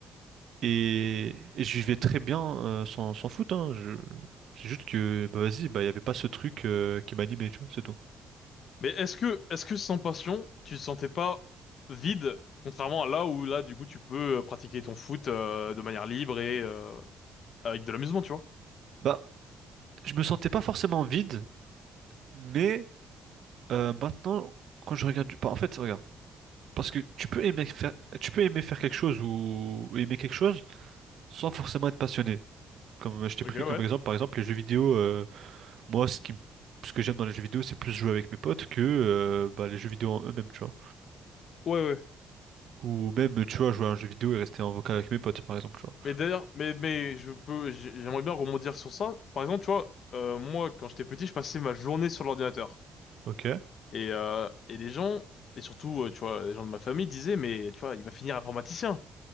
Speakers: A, on the right; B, on the left.
A: Et, et je vivais très bien euh, sans, sans foot, hein, je- C'est juste que, bah vas-y, bah il y avait pas ce truc euh, qui m'animait, tu vois, c'est tout.
B: Mais est-ce que est-ce que sans passion, tu te sentais pas vide, contrairement à là où là du coup tu peux euh, pratiquer ton foot euh, de manière libre et euh, avec de l'amusement, tu vois?
A: Bah, je me sentais pas forcément vide, mais Euh, maintenant, quand je regarde du... bah, en fait, regarde. Parce que tu peux aimer faire, tu peux aimer faire quelque chose ou ou aimer quelque chose sans forcément être passionné. Comme euh, je t'ai
B: Ok,
A: pris
B: ouais.
A: comme exemple, par exemple, les jeux vidéo, euh, moi, ce qui, m- ce que j'aime dans les jeux vidéo, c'est plus jouer avec mes potes que euh, bah, les jeux vidéo en eux-mêmes, tu vois.
B: Ouais ouais.
A: Ou même, tu vois, jouer à un jeu vidéo et rester en vocal avec mes potes, par exemple, tu vois.
B: Mais d'ailleurs, mais, mais je peux, j'ai- j'aimerais bien rebondir sur ça. Par exemple, tu vois, euh, moi, quand j'étais petit, je passais ma journée sur l'ordinateur.
A: Ok.
B: Et, euh, et les gens, et surtout, euh, tu vois, les gens de ma famille disaient, mais tu vois, il va finir informaticien.